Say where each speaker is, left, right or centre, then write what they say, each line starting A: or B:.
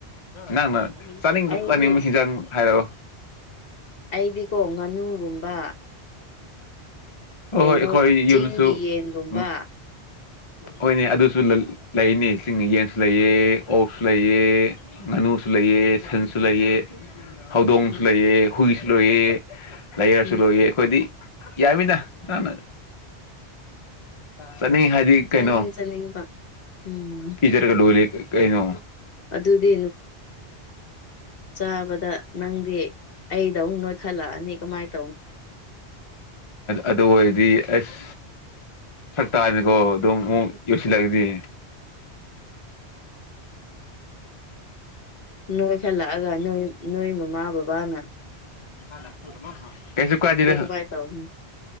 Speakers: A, on the left; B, on the left.
A: ꯅꯪꯅ ꯆꯥꯅꯤꯡꯗ
B: ꯑꯩꯗꯤ
A: ꯆꯥꯅꯤꯡꯕ ꯍꯤꯟꯖꯥꯡ ꯍꯥꯏꯔꯛꯑꯣ
B: ꯑꯩꯗꯤꯀꯣ ꯉꯥꯅꯨꯒꯨꯝꯕ
A: ꯍꯣꯏ
B: ꯀꯩꯅꯣ
A: ꯍꯣꯏ ꯑꯩꯈꯣꯏ
B: ꯆꯤꯡꯒꯤ
A: ꯌꯨꯝꯁꯨ
B: ꯌꯦꯟꯒꯨꯝꯕ
A: ꯎꯝ ꯍꯣꯏꯅꯦ ꯑꯗꯨꯁꯨ ꯂꯩꯅꯤ ꯆꯤꯡ ꯌꯦꯟꯁꯨ ꯂꯩꯑ ꯑꯣꯛꯁꯨ ꯂꯩꯑ ꯁꯅꯨꯁꯨ ꯂꯩꯥꯏꯌꯦ ꯁꯟꯁꯨ ꯂꯩꯌꯦ ꯍꯧꯗꯣꯡꯁꯨ
B: ꯎꯝ
A: ꯂꯩꯑ ꯍꯨꯏꯁꯨ ꯂꯣꯏꯌꯦ ꯂꯩꯥꯏꯌꯔꯁꯨ
B: ꯎꯝ
A: ꯂꯣꯏꯌꯦ ꯑꯩꯈꯣꯏꯗꯤ ꯌꯥꯃꯤꯗꯥꯅ ꯆꯠꯅꯤ ꯍꯥꯏꯗꯤ
B: ꯆꯥꯅꯤꯡ
A: ꯀꯩꯅꯣ
B: ꯆꯥꯅꯤꯡꯕ ꯎꯝ
A: ꯀꯤꯆꯔ ꯀ ꯗꯣꯂꯤ ꯀꯩꯅꯩꯅꯣ
B: ꯑꯗꯨꯗꯤ ꯇꯥꯕꯗ ꯅꯪꯗꯤ ꯑꯩꯗ ꯑꯃꯨꯛ ꯅꯣꯏꯈꯠꯂꯛꯑꯅꯤ ꯀꯃꯥꯏ ꯇꯧ
A: ꯑꯗꯨ ꯑꯣꯏꯔꯗꯤ ꯑꯁ ꯁꯛꯛꯇꯥꯅꯀꯣ ꯑꯗꯨꯝ ꯑꯃꯨꯛ ꯌꯧꯁꯤꯜꯂꯒꯗꯤ
B: ꯅꯣꯏ ꯊꯜꯂꯛꯑꯒ ꯅꯣꯏ ꯅꯣꯏ ꯃꯃꯥ ꯕꯕꯥ ꯋꯥꯅ
A: ꯍꯗ ꯀꯩꯁꯨ ꯀꯥꯏꯗꯗ
B: ꯀꯃꯥꯏꯅ ꯇꯧꯅꯤ